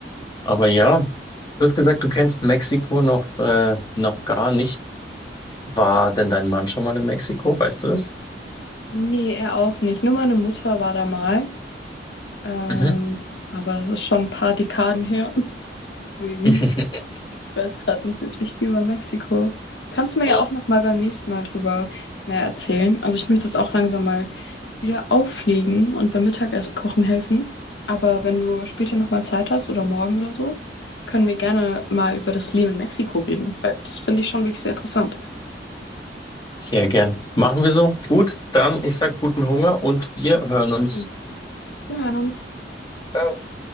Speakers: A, on the left; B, on the left.
A: Aber ja, du hast gesagt, du kennst Mexiko noch, äh, noch gar nicht. War denn dein Mann schon mal in Mexiko? Weißt du das?
B: Nee, er auch nicht. Nur meine Mutter war da mal. Ähm,
A: Mhm.
B: aber das ist schon ein paar Dekaden her. <laughs> Deswegen.
A: <laughs>
B: Ich weiß gerade nicht wirklich viel über Mexiko. Kannst du mir
A: Ja,
B: ja auch noch mal beim nächsten Mal drüber mehr erzählen? Also ich möchte es auch langsam mal wieder auffliegen und beim Mittagessen kochen helfen. Aber wenn du später noch mal Zeit hast oder morgen oder so, können wir gerne mal über das Leben in Mexiko reden, weil das finde ich schon wirklich sehr interessant.
A: sehr gern. Machen wir so. Gut, dann ich sag guten Hunger und wir hören uns.
B: Schön. Wir hören uns.
A: Ciao.